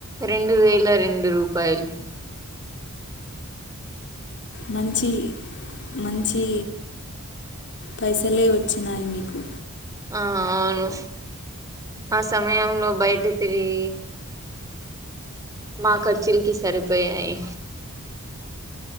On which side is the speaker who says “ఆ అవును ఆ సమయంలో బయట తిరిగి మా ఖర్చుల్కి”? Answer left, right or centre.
Right